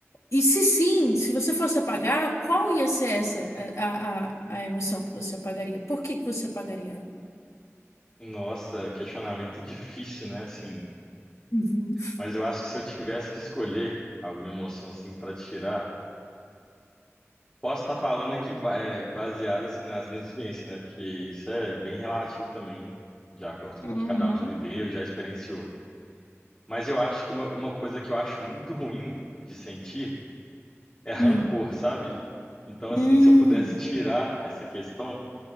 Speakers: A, on the left; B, on the left.
A: E se sim, se você fosse apagar, qual ia ser essa, a, a, a emoção que você apagaria? Por que que você apagaria ela?
B: Nossa, questionamento difícil, né? Assim,
A: Uhum.
B: mas eu acho que se eu tivesse que escolher alguma emoção assim para tirar, posso estar falando aqui ba- é, baseado assim nas minhas vivências, né? Porque isso é bem relativo também, de acordo
A: Uhum.
B: com o que cada um já viveu, já experienciou. Mas eu acho que uma, uma coisa que eu acho muito ruim de sentir é rancor,
A: Hum.
B: sabe? Então, assim,
A: Hum.
B: se eu pudesse tirar essa questão